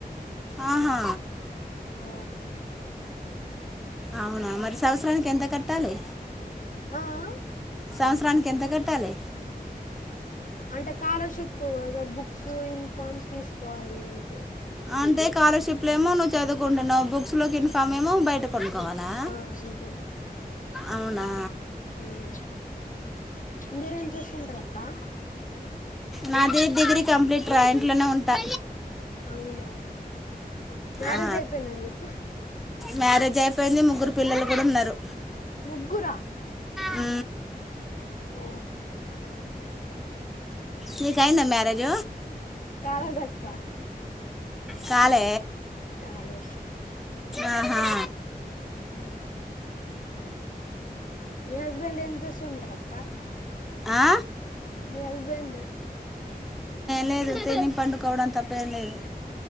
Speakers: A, in the centre; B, on the left.
A: ఆహా
B: ఆ
A: అవునా మరి సంవత్సరానికి ఎంత కట్టాలి
B: ఆ అ
A: సంవత్సరానికి ఎంత కట్టాలి
B: అంటే కాలర్షిప్ బుక్స్ యూనిఫార్మ్ తీసుకోవాలి అంతే
A: అంటే కాలర్షిప్ లో ఏమో నువ్వు చదువు కుంటున్నావ్ బుక్స్ లోకి ఇన్ఫామ్ ఏమో బయట కొనుక్కోవాలా
B: ఆ అంతే
A: అవునా
B: హుమ్ మీరేం చేస్తు ఉంటర్ అక్ ఆ
A: నాది డిగ్రీ కంప్లీట్ రా ఇంట్లోనే ఉంటా
B: అవునవును మ్యారేజ్
A: ఆ,
B: అయిపోయిందా మీకు
A: మ్యారేజ్ అయిపోయింది ముగ్గురు పిల్లలు కూడా ఉన్నారు
B: ముగ్గురా
A: అ
B: ఓ
A: నిక్ అయ్యిందా మ్యారేజ
B: కాద్ కా
A: కాల
B: చాలే
A: ఆహా
B: ఆ మీ హస్బెండ్ ఏం చుండ్రక
A: ఆ
B: మీ హస్బెండ్
A: లేదు తిని పండుకోవడం తప్పేం లేదు